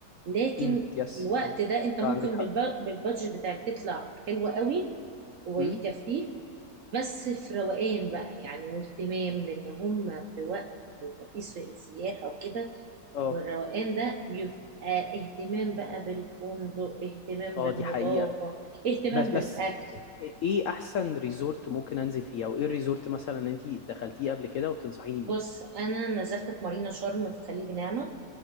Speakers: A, on the right (about 60°); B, on the left (about 80°).
A: لكن
B: م- يس
A: الوقت ده انت ممكن
B: اه عندك حق
A: بالب- بالبادجت بتاعك تطلع حلوة قوي ويكفيك
B: م-
A: بس في روقان بقى يعني واهتمام لان هم في وقت بيبقى فيه سي- سياحة وكده
B: اه
A: والروقان ده بيبقى اهتمام بقى بالفندق اهتمام
B: اه
A: بالنظافة
B: دي حقيقه
A: اهتمام
B: بس بس
A: بالأكل
B: ايه احسن ريزورت ممكن انزل فيه او ايه الريزورت مثلا انت دخلتيه قبل كده وتنصحيني بيه
A: بص أنا نزلت في مارينا شرم في خليج نعمة